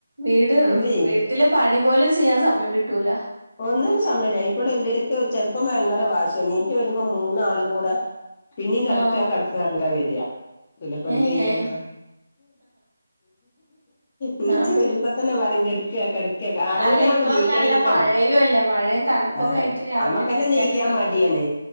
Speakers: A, on the right; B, on the left.
A: വീട് എഹ്
B: ഇല്ലേ
A: വീട്ടില് പണി പോലും ചെയ്യാൻ സമയം കിട്ടൂല
B: ഒന്നിനും സമയ്ല്ല അയ്ക്കൂടെ ഇവര്ക്ക് ചെലപ്പോ ഭയങ്കര വാശ്യാ നീറ്റ് വരുമ്പോ മൂന്നാളും കൂടെ പിന്നേം കെടക്ക്യ
A: ആഹ്
B: കെടക്കാന്നർഞ്ഞ്ട്ടാ വര്യാ പിന്നെപ്പോ എന്തെയ്യാനാ
A: ഏഹ്
B: നീച്ച്
A: ആഹ്
B: വരുമ്പോ തന്നെ പറയും കെടക്കാ കെടക്കാ ആറ്മണി
A: അല്ല
B: ആവണം
A: ഇപ്പം
B: നീക്കണെങ്കി
A: നല്ല മഴയും
B: തന്നെ
A: അല്ലേ മഴയും തണുപ്പൊക്കെ
B: ആഹ്
A: ആയിട്ട് രാവിലെ
B: അമ്മക്കന്നെ
A: എണീക്കാനും
B: നീക്കാൻ
A: തോന്നൂല
B: മടിയാണ്